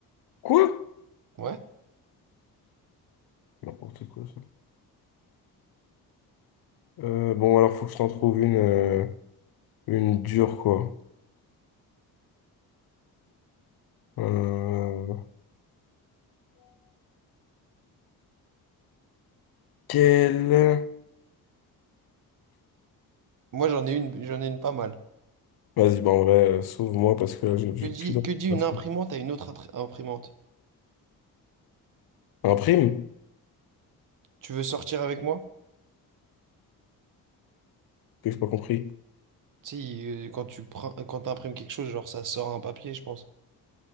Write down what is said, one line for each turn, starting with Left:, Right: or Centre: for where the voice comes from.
Left: Quoi?
Right: Ouais?
Left: N'importe quoi ça. Euh, bon, alors faut que je t'en trouve une, euh, une dure quoi. Euh, quelle?
Right: Moi, j'en ai une, j'en ai une pas mal.
Left: Vas-y, bah en vrai, euh, sauve-moi parce que là, j'ai j'ai
Right: Que dit,
Left: plus d'informations.
Right: que dit une imprimante à une autre intr- imprimante?
Left: Un prime?
Right: Tu veux sortir avec moi?
Left: Que j'ai pas compris.
Right: Tu sais, il- quand tu prends, quand t'imprimes quelque chose, genre, ça sort un papier, je pense.